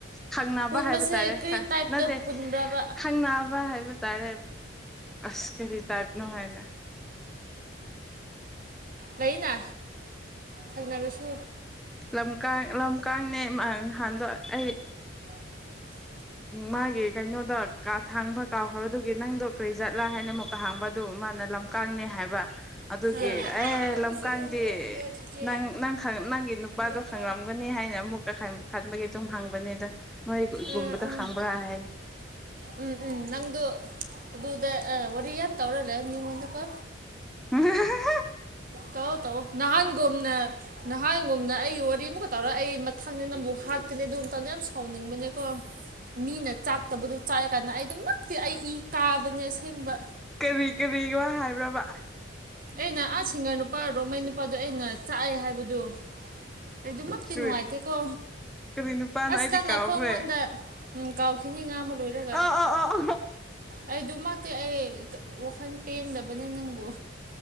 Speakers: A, in the centre; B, on the right (about 45°).
A: ꯈꯪꯅꯕ
B: ꯄꯨꯟꯕꯁꯦ
A: ꯍꯥꯏꯕ ꯇꯥꯔꯦ
B: ꯀꯔꯤ ꯇꯥꯏꯞꯇ
A: ꯅꯠꯇꯦ
B: ꯄꯨꯟꯕ꯭ꯔꯕ
A: ꯈꯪꯅꯕ ꯍꯥꯏꯕ ꯇꯥꯏꯔꯦ ꯑꯁꯀ ꯇꯥꯏꯞꯅ ꯍꯥꯏꯅ
B: ꯂꯩꯅ ꯈꯪꯡꯅꯔꯁꯨ
A: ꯂꯝ ꯂꯝꯀꯅꯦ ꯅꯍꯥꯟꯗꯣ ꯑꯩ
B: <unintelligible>
A: ꯃꯥꯒꯤ ꯀꯩꯅꯣꯗ ꯀꯥ ꯊꯥꯡꯕ ꯀꯥꯎꯈ꯭ꯔꯕꯗꯨꯒꯤ ꯅꯪꯗꯣ ꯀꯔꯤꯖꯠꯂꯥ ꯍꯥꯏꯅ ꯑꯃꯨꯛ ꯍꯥꯡꯕ ꯑꯗꯨ ꯃꯥꯅ ꯂꯝꯀꯅꯦ ꯍꯥꯏꯕ ꯑꯗꯨꯒꯤ
B: ꯑꯩꯕꯨꯁꯨ
A: ꯑꯦ ꯂꯝꯀꯥꯡꯗꯤ
B: ꯔꯤꯃꯨꯚꯔ ꯄꯤꯌꯣ ꯆꯤꯆꯦ
A: ꯅꯪ ꯅꯪ ꯅꯪꯒꯤ ꯅꯨꯄꯥꯗꯣ
B: ꯂꯩꯇ꯭ꯔꯦ
A: ꯈꯪꯂꯝꯝꯒꯅꯤ ꯍꯥꯏꯅ ꯑꯃꯨꯛꯀ ꯈꯟꯕꯒꯤ ꯑꯗꯨꯝ ꯍꯪꯕꯅꯤꯗ ꯃꯣꯏ ꯒꯨꯝꯕꯗ
B: ꯎꯝ ꯎꯝ
A: ꯈꯪꯕ꯭ꯔꯥ ꯍꯥꯏ
B: ꯎꯝ ꯎꯝ ꯅꯪꯗꯣ ꯑꯗꯨꯗ ꯋꯥꯔꯤ ꯌꯥꯝ ꯇꯧꯔꯂꯦ ꯃꯤꯉꯣꯟꯗꯀꯣ
A: <unintelligible>
B: ꯇꯧꯋꯣ ꯇꯧꯋꯣ ꯅꯍꯥꯟꯒꯨꯝꯅ ꯅꯍꯥꯟꯒꯨꯝꯅ ꯑꯩ ꯋꯥꯔꯤ ꯑꯃꯨꯛꯀ ꯇꯧꯔ ꯑꯩ ꯃꯊꯪꯅꯤ ꯅꯪꯕꯨ ꯍꯥꯠꯀꯅꯤ ꯑꯗꯨꯝ ꯇꯟꯗ ꯌꯥꯝ ꯁꯥꯎꯅꯤꯡꯕꯅꯦꯀꯣ ꯃꯤꯅ ꯆꯥꯛꯇꯕꯗꯨ ꯆꯥꯛꯑꯦ ꯀꯟꯅ ꯑꯩ ꯑꯗꯨꯝꯃꯛꯇꯤ ꯑꯩ ꯏ ꯀꯥꯕꯅꯦ ꯑꯁꯦꯡꯕ
A: ꯀꯕꯤ ꯀꯕꯤꯒꯤ ꯋꯥ ꯍꯥꯏꯕ꯭ꯔꯕ
B: ꯑꯩꯅ ꯑꯥ ꯁꯤꯡꯒꯔ ꯅꯨꯄꯥ ꯔꯣꯃꯩ ꯅꯨꯄꯥꯗꯣ ꯑꯩꯅ ꯆꯥꯛꯑꯦ ꯍꯥꯏꯕꯗꯨ ꯑꯩꯗꯨꯃꯛꯇꯤ
A: ꯀꯔꯤ
B: ꯅꯨꯡꯉꯥꯏꯇꯦꯀꯣ
A: ꯀꯔꯤ ꯅꯨꯄꯥꯅ
B: ꯑꯁ
A: ꯑꯩꯗꯤ
B: ꯅꯪꯅ
A: ꯀꯥꯎꯈ꯭ꯔꯦ
B: ꯈꯣꯡꯉꯣꯟꯗ ꯎꯝ ꯀꯥꯎꯈꯤꯅꯤ ꯉꯥꯡꯕ ꯂꯣꯏꯔꯒ
A: ꯑꯣ ꯑꯣ ꯑꯣ
B: ꯑꯩ ꯗꯨꯃꯛ ꯇꯦꯑꯩ ꯀ ꯋꯥꯈꯟ ꯄꯦꯟꯗꯕꯅꯦ ꯅꯪꯕꯨ